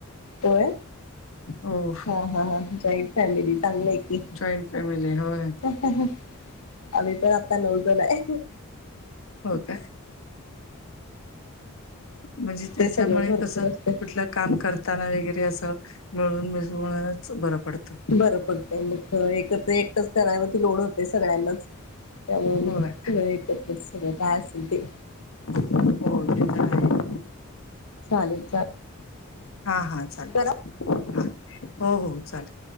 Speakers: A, on the left (about 85°); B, on the left (about 65°).
A: होय!,
B: हो
A: हा, हा, हा जॉईंट फॅमिली चांगली आहे की.
B: जॉईंट फॅमिली होय.
A: आम्ही पण आता नऊजन आय.
B: हो काय? म्हणजे त्याच्यामुळे
A: ते सगळं भरपूर
B: कस,
A: असते
B: कुठलं काम करतऽ ताना वगैरे असं,, मिळून मिसळूच बरं पडतंऽ
A: बरं पडतय,, मग एक एकटचऽ कराय वरती लोड होतय सगळ्यांनाच,,, त्यामुळे
B: होय
A: मग सगळं एकत्र सगळं,, काय असेल तेऽ
B: हो ते तर आहे
A: चालेल चालेल.
B: हा, हा, चालेल
A: करा
B: चालेल,,, हो हो, चालेल.